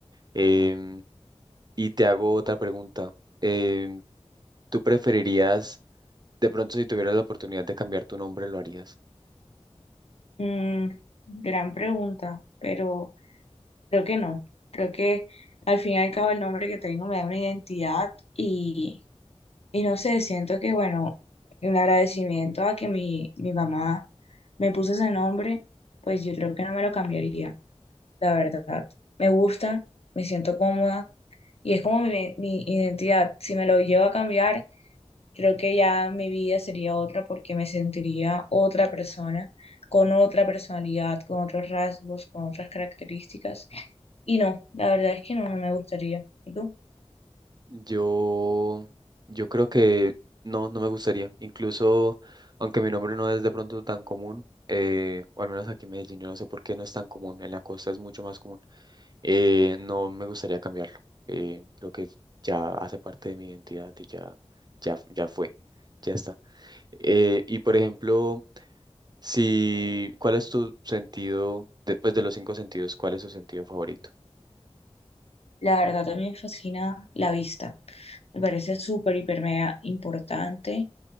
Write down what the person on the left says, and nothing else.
Mm, gran pregunta, pero creo que no. Creo que al fin y al cabo el nombre que tengo me da una identidad y, y no sé, siento que, bueno, un agradecimiento a que mi, mi mamá me puso ese nombre, pues yo creo que no me lo cambiaría, la verdad. Me gusta, me siento cómoda y es como mi, mi identidad. Si me lo llevo a cambiar, Creo que ya mi vida sería otra porque me sentiría otra persona, con otra personalidad, con otros rasgos, con otras características. Y no, la verdad es que no, no me gustaría. ¿Y tú?
La verdad también me fascina la vista. Me parece súper, hiper, mega importante.